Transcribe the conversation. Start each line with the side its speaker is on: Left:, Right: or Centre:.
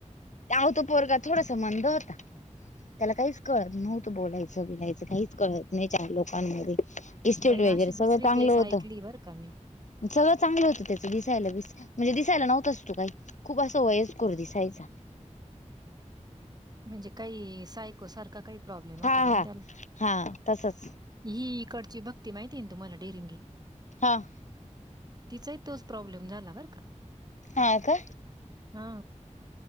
Left: आहो तो पोरगा थोडासा मंद होता. त्याला काहीच कळत नव्हतं बोलायचं बिलायचं काहीच कळत नाही चार लोकांमध्ये. इस्टेट
Right: बाई
Left: वगैरे
Right: अशी
Left: सगळं
Right: दुसरी
Left: चांगलं
Right: केस
Left: होतं.
Right: ऐकली बरं का मी.
Left: सगळं चांगलं होतं त्याच दिसायला म्हणजे दिसायला नव्हंच तो काही खूप असं वयस्कर दिसत त्याचा
Right: म्हणजे काही सायको सारखा काही प्रॉब्लेम होता
Left: हा
Right: काण
Left: हा
Right: त्याला?
Left: हा तसच
Right: ही इकडची भक्ती माहितीय तुम्हाला डेरिंगी
Left: हां.
Right: तिचाही तोच प्रॉब्लेम झाला बर का.
Left: हा का
Right: हा